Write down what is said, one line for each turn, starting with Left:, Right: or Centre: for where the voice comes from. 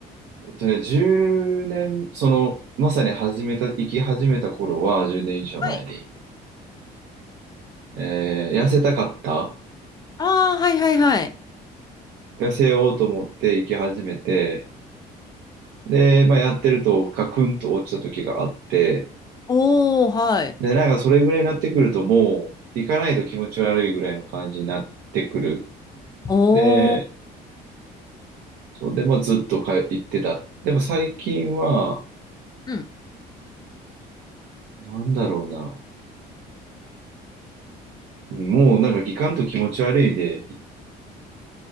Right: っとね、1年、その、まさに始めた、生き始めた頃は、10年以上前に、
Left: はい。
Right: えー痩せたかった。
Left: ああ、はいはいはい。
Right: 痩せようと思って生き始めて、で、まあ、やってるとガクンと落ちた時があって、
Left: おー、はい。
Right: で、なんかそれぐらいになってくるともう、行かないと気持ち悪いぐらいの感じになってくる。
Left: おー、
Right: で、そんで、まあ、ずっとか行ってた。でも最近は、
Left: うん。
Right: なんだろうな。もうなんかギカンと気持ち悪いで